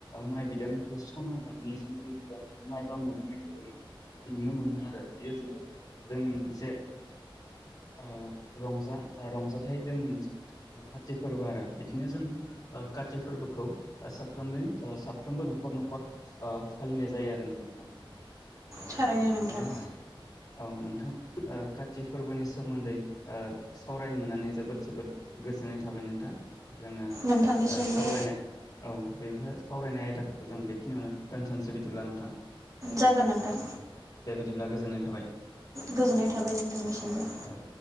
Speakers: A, on the left; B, on the right.
A: माइ बिदां सना गाबनिजों जों माइ बा मोदाननायखौ जोङो नुनो मोनो आरो बेयो जोबोद जोंनि मोनसे ओ रंजा-रंजाथाइ जोंनि मोनसे काति फोरबो आरो बिदिनो जों ओ काति फोरबोखौ साफ्रोम साफ्रोमबो न'खर न'खर फालिनाय जायो आरो नोंथां।
B: थारैनो नोंथां।
A: ओ औ नोंथां। ओ काति फोरबोनि सोमोन्दै ओ सावरायनो मोननानै जोबोद जोबोद गोजोननाय थाबाय नोंथां। जोङो
B: नोंथांनिसिमबो
A: ओ सावरायनाय औ बेफोर सावरायनाय आयदाखौ जों बेखिनियावनो दोनथ'नोसै बिदिब्ला नोंथां।
B: जागोन नोंथां।
A: दिब्ला गोजोननाय थाबाय।
B: गोजोननाय थाबाय नोंथांनिसिमबो।
A: औ